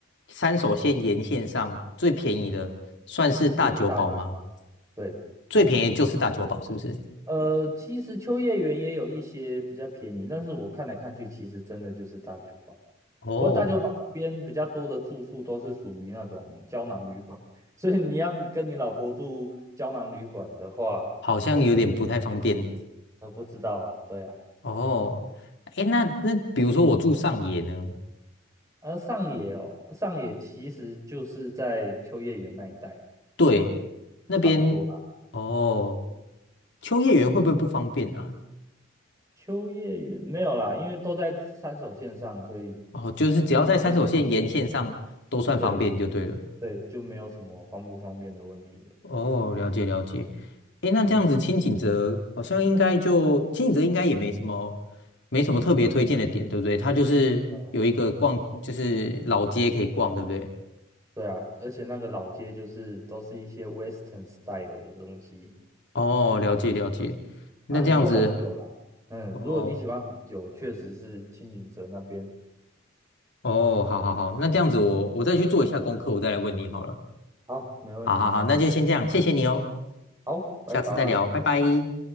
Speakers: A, on the left; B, on the right.
A: 山手线沿线上最便宜的算是大久保吗？
B: 就是大酒吧。对，
A: 最便宜就是大久保，
B: 没错。
A: 是不是？
B: 呃，其实秋叶原也有一些比较便宜，但是我看来看去，其实真的就是大酒吧。
A: 哦，
B: 不过大酒吧那边比较多的住宿都是属于那种胶囊旅馆，所以你要跟你老婆住胶囊旅馆的话，
A: 好像有点不太方便
B: 呃，这呃不知道啊，对啊。
A: 哦。诶，那那比如说我住上野呢，
B: 而上野哦，上野其实就是在秋叶原那一带，
A: 对，那边哦，
B: 差不多啊。
A: 秋叶原会不会不方便啊？
B: 秋叶原没有啦，因为都在三手线上，所以
A: 哦，就是只要在山手线沿线上都算方便就对了。
B: 就没，对对，就没有什么方不方便的问题了。
A: 哦，了解了解。诶，那这样子清景泽好像应该就清景泽应该也没什么没什么特别推荐的点，
B: 嗯，
A: 对不对？它就是有一个逛，
B: 呃
A: 就是老街可以逛，对不对？
B: 对啊，而且那个老街就是都是一些 Western style 的东西
A: 哦，了解了解。那这样子。
B: 啊，很多红酒啦。嗯，
A: 哦，
B: 如果你喜欢红酒，确实是青井泽那边。
A: 哦，好好好，那这样子我我再去做一下功课，我再来问你好了。
B: 好，没问题，
A: 好好好，
B: 没问题。
A: 那就先这样，谢谢你哦，
B: 好，拜拜。
A: 下次再聊，拜拜。